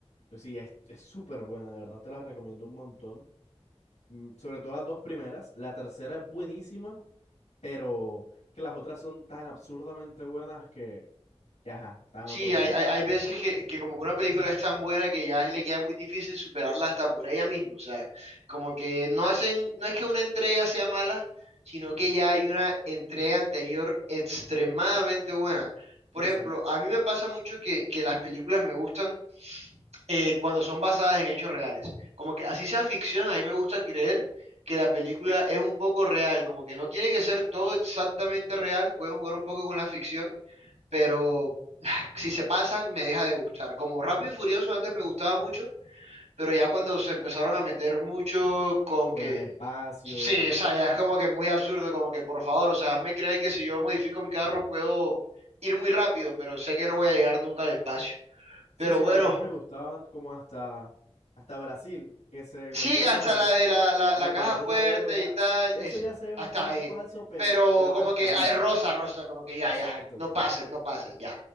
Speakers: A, on the left (about 90°); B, on the right (about 80°).
A: Pero sí, es es súper buena, de verdad te las recomiendo un montón. Mm, Sobre todo las dos primeras, la tercera es buenísima, pero que las otras son tan absurdamente buenas que, que ajá, están
B: Sí,
A: a otro nivel.
B: hay, hay, hay veces que, que como que una película es tan buena que ya le queda muy difícil superarla hasta por ella misma. O sea, como que no hacen, no es que una entrega sea mala, sino que ya hay una entrega anterior extremadamente buena. Por
A: Exacto,
B: ejemplo, a mí me pasa mucho que, que las películas me gustan eh, cuando son basadas en hechos reales. Como que así sea ficción, a mí me gusta creer que la película es un poco real, como que no tiene que ser todo exactamente real, pueden jugar un poco con la ficción pero, si se pasan, me deja de gustar. Como Rápido y Furioso antes me gustaba mucho, pero ya cuando se empezaron a meter mucho con
A: con
B: que,
A: el espacio.
B: sí, o sea, ya es como que muy absurdo, como que por favor, o sea, hazme creer que si yo modifico mi carro puedo ir muy rápido, pero sé que no voy a llegar nunca al espacio.
A: Sí,
B: Pero
A: sí,
B: bueno,
A: a mí también me gustaban como hasta, hasta Brasil, que se
B: Sí,
A: metieron
B: hasta
A: a,
B: la de la, la,
A: a
B: la caja
A: robar
B: fuerte
A: una bóveda.
B: y tal,
A: Eso
B: eso,
A: ya se ve bastante
B: hasta ahí.
A: falso, pero,
B: Pero
A: pero
B: como
A: hasta
B: que,
A: ahí.
B: ay, rosa, rosa, como que ya,
A: Exacto.
B: ya, no pases, no pases, ya.